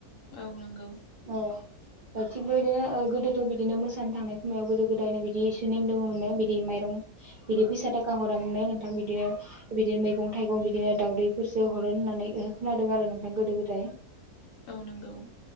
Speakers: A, on the left; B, on the right.
A: औ नंगौ।
B: औ थिग बेबायदिनो ओ गोदोथ' बिदिनो मोसा सान थांनाय समाव गोदो - गोदायनो बिदि एसे नेम दङमोन नो बिदि माइरं बिदि फैसा थाखा हरा मोननो नोंथां बिदिनो बिदिनो मैगं थाइगं बिदिनो दाउदैफोरसो हरो होननानै खोनादों आरो नोंथां गोदो - गोदाय।
A: औ नंगौ।